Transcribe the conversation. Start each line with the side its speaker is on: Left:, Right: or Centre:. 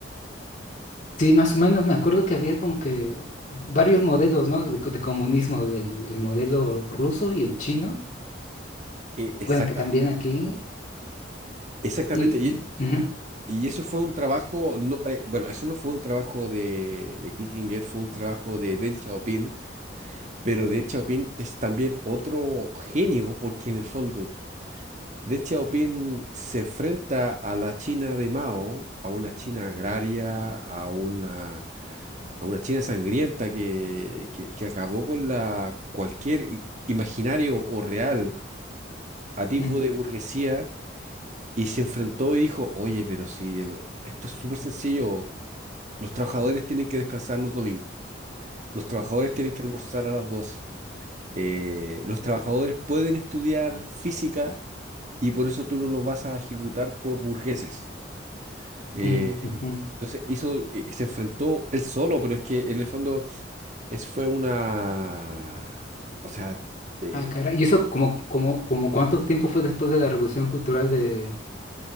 Left: Sí, más o menos me acuerdo que había como que varios modelos, ¿no? De, co- de comunismo, el, el modelo ruso y el chino,
Right: Eh, exacta,
Left: bueno, que también aquí,
Right: exactamente.
Left: y,
Right: Y,
Left: y- ujú,
Right: y eso fue un trabajo, no, eh, bueno, eso no fue un trabajo de, de Kissinger, fue un trabajo de Deng Xiaoping, pero Deng Xiaoping es también otro genio, porque en el fondo Deng Xiaoping se enfrenta a la China de Mao, a una China agraria, a una, a una China sangrienta que, que, que acabó con la cualquier i- imaginario o real a tipo
Left: ujú,
Right: de burguesía y se enfrentó y dijo, oye, pero si el- esto es súper sencillo, los trabajadores tienen que descansar los domingos, los trabajadores tienen que almorzar a las doce eh, los trabajadores pueden estudiar física y por eso tú no los vas a ejecutar por burgueses. Eh,
Left: ujú, ujú, ujú.
Right: entonces hizo, eh, se enfrentó él solo, pero es que en el fondo es, fue una, o sea,
Left: Ah,
Right: eh,
Left: ah, caray. ¿Y eso como, como, como cuánto tiempo fue después de la Revolución Cultural de...